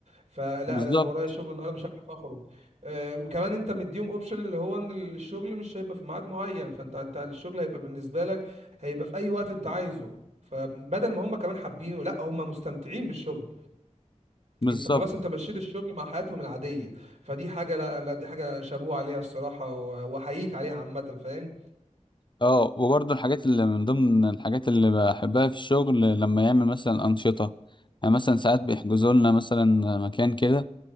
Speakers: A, on the right; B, on the left.
A: فلا
B: بالظبط
A: ده انا ورايا شغل النهارده مش هعرف اخرج آه كمان انت مديهم اوبشن اللي هو ان الشغل مش هيبقى في ميعاد معين فانت انت الشغل هيبقى بالنسبه لك هيبقى في اي وقت انت عايزه فبدل ما هم كمان حابينه لا هم مستمتعين بالشغل
B: بالظبط
A: انت خلاص انت مشيت الشغل مع حياتهم العاديه فدي حاجه لا لا دي حاجه شابوه عليها الصراحه و- واحييك عليها عامه فاهم
B: اه وبرضه الحاجات اللي من ضمن الحاجات اللي بحبها في الشغل لما يعمل مثلا أنشطة يعني مثلا ساعات بيحجزوا لنا مثلا مكان كده